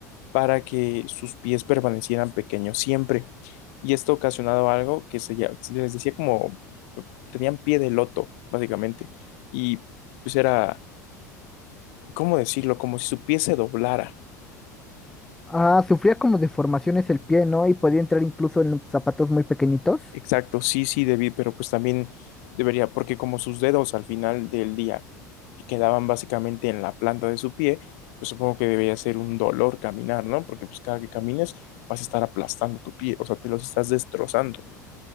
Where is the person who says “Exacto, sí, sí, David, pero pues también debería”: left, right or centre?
Left